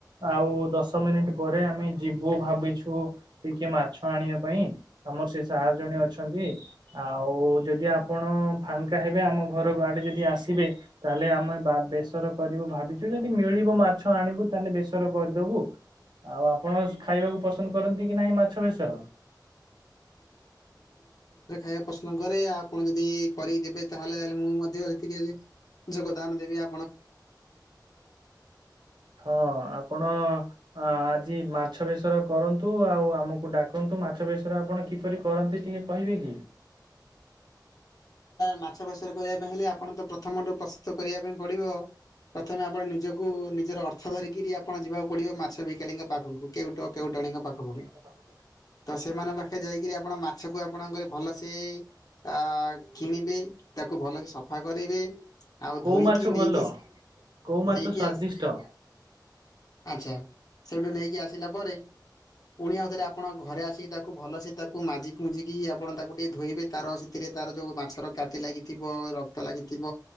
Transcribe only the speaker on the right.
ଆଉ ଦଶ ମିନିଟ୍ ପରେ ଆମେ ଯିବୁ ଭାବିଛୁ ଟିକେ ମାଛ ଆଣିବା ପାଇଁ ଆମର ସେ ସାର୍ ଜଣ ଅଛନ୍ତି। ଆଉ ଯଦି ଆପଣ ଫାଙ୍କା ହେବେ ଆମ ଘର ଆଡେ ଯଦି ଆସିବେ ତାହେଲେ ଆମେବା ବେସର କରିବୁ ଭାବିଚୁ, ଯଦି ମିଳିବ ମାଛ ଆଣିବୁ ତାହେଲେ ବେସର କରିଦବୁ। ଆଉ ଆପଣ ଖାଇବାକୁ ପସନ୍ଦ କରନ୍ତି କି ନାହିଁ ମାଛ ବେଶର?
ହଁ ଆପଣ ଅ ଆଜି ମାଛ ବେସର କରନ୍ତୁ ଆଉ ଆମକୁ ଡାକନ୍ତୁ ମାଛ ବେସର ଆପଣ କିପରି କରନ୍ତି? ଟିକେ କହିବେ କି?
ହ।
କୋଉ
ମାଛ ଭଲ
କୋଉ ମାଛ
ସ୍ଵାଦିଷ୍ଟ?